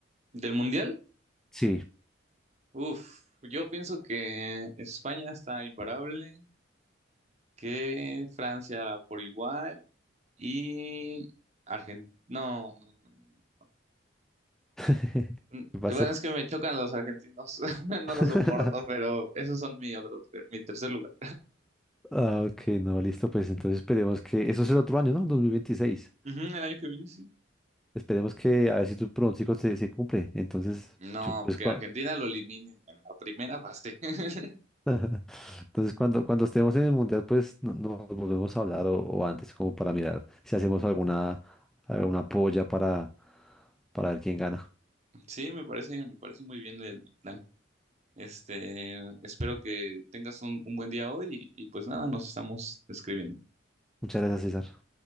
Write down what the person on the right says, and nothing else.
¿Del mundial?
Uf, yo pienso que España está imparable, que Francia por igual y Argentina. No, no, no. no.
Mm,
Bueno, es que me chocan los argentinos, <laughs> no
los soporto, pero esos son mi otro, mi tercer lugar.
Ujú, el año que viene, sí.
No,
que
Argentina lo eliminen en la primera fase. <laughs>
Sí, me parece, me parece muy bien el plan. Este, espero que tengas un, un buen día hoy y y pues nada, nos estamos escribiendo.